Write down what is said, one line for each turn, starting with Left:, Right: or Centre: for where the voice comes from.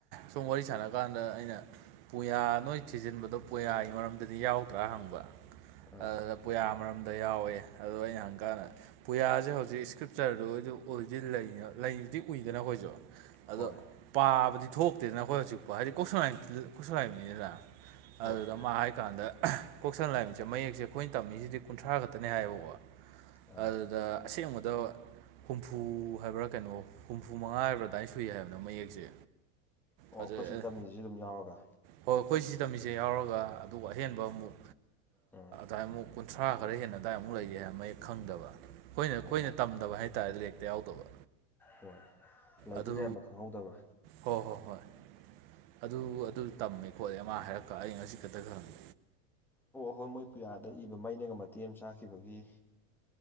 Right: ꯁꯨꯝ ꯋꯥꯔꯤ ꯁꯥꯟꯅ ꯀꯥꯟꯗ ꯑꯩꯅ ꯄꯨꯌꯥ ꯅꯣꯏ ꯊꯤꯖꯤꯟꯕꯗꯣ ꯄꯨꯌꯥꯒꯤ ꯃꯔꯝꯗꯗꯤ ꯌꯥꯎꯗ꯭ꯔꯥ ꯍꯪꯕ
Centre: ꯑꯥ
Right: ꯑꯗꯨꯗ ꯄꯨꯌꯥ ꯃꯔꯝꯗ ꯌꯥꯎꯋꯦ ꯑꯗꯨꯗꯣ ꯑꯩꯅ ꯍꯪꯀꯥꯟꯗ ꯄꯨꯌꯥꯁꯦ ꯍꯧꯖꯤꯛ ꯏꯁꯀ꯭ꯔꯤꯞꯇꯔꯗꯨ ꯑꯣꯏꯗꯤ ꯂꯩꯕꯗꯤ ꯎꯏꯗꯅ ꯑꯩꯈꯣꯏꯁꯨ
Centre: ꯍꯣꯏ
Right: ꯑꯗꯣ ꯄꯥꯕꯗꯤ ꯊꯣꯛꯇꯦꯗꯅ ꯑꯩꯈꯣꯏ ꯍꯧꯖꯤꯛꯄꯥꯎ ꯍꯥꯏꯗꯤ ꯀꯁꯂ ꯀꯣꯏꯁꯂꯥꯏ ꯃꯤꯅꯤꯅ ꯑꯗꯨꯗ
Centre: ꯍꯣꯏ
Right: ꯃꯥ ꯍꯥꯏꯀꯥꯟꯗ ꯀꯣꯛꯁꯪ ꯂꯥꯏꯝꯁꯦ ꯃꯌꯦꯛ ꯑꯩꯈꯣꯏꯅ ꯇꯝꯃꯤꯁꯤꯗꯤ ꯀꯨꯟꯊ꯭ꯔꯥ ꯈꯛꯇꯅꯦ ꯍꯥꯏꯌꯦꯕꯀꯣ
Centre: ꯑꯥ
Right: ꯑꯗꯨꯗ ꯑꯁꯦꯡꯕꯗ ꯍꯨꯝꯐꯨ ꯍꯥꯏꯕ꯭ꯔꯥ ꯀꯩꯅꯣ ꯍꯨꯝꯐꯨ ꯃꯉꯥ ꯍꯥꯏꯕ꯭ꯔꯥ ꯑꯗꯨꯃꯏ ꯁ ꯁꯨꯏ ꯍꯥꯏꯕꯅ ꯃꯌꯦꯛꯁꯦ
Centre: ꯑꯣ
Right: ꯐꯖꯩꯦ
Centre: ꯑꯩꯈꯣꯏ ꯁꯤ ꯇꯝꯃꯤꯁꯤꯁꯨ ꯑꯗꯨꯝ ꯌꯥꯎꯔꯒ
Right: ꯍꯣꯏ ꯑꯩꯈꯣꯏ ꯁꯤ ꯇꯝꯃꯤꯁꯦ ꯌꯥꯎꯔꯒ ꯑꯗꯨꯒ ꯑꯍꯦꯟꯕ ꯑꯃꯨꯛ
Centre: ꯎꯝ
Right: ꯑꯗꯨꯏꯃꯨꯛ ꯀꯨꯟꯊ꯭ꯔꯥ ꯈꯔ ꯍꯦꯟꯅ ꯑꯗꯨꯋꯥꯏ ꯑꯃꯨꯛ ꯂꯩꯒꯤ ꯍꯥꯏ ꯃꯌ‌ꯦꯛ ꯈꯪꯗꯕ ꯑꯩꯈꯣꯏꯅ ꯑꯩꯈꯣꯏꯅ
Centre: ꯑꯣ
Right: ꯇꯝꯗꯕ ꯍꯥꯏꯇꯥꯥꯔꯦ ꯂꯩ ꯌꯥꯎꯗꯕ
Centre: ꯍꯣꯏ ꯂꯩꯗꯤ
Right: ꯑꯗꯨ
Centre: ꯂꯩꯔꯝꯕ ꯈꯪꯍꯧꯗꯕ
Right: ꯍꯣꯏ ꯍꯣꯏ ꯍꯣꯏ ꯑꯗꯨ ꯑꯗꯨ ꯇꯝꯃꯦ ꯈꯣꯠꯂꯦ ꯃꯥ ꯍꯥꯏꯔꯛꯀ ꯑꯩ ꯉꯁꯤ ꯈꯛꯇ ꯈꯪꯉꯤ
Centre: ꯍ‌ꯣꯏ ꯍꯣꯏ ꯃꯣꯏ ꯄꯨꯌꯥꯗ ꯏꯕ ꯃꯩꯅꯒ ꯃꯇꯦꯛ ꯑꯃ ꯆꯥꯛꯈꯤꯕꯒꯤ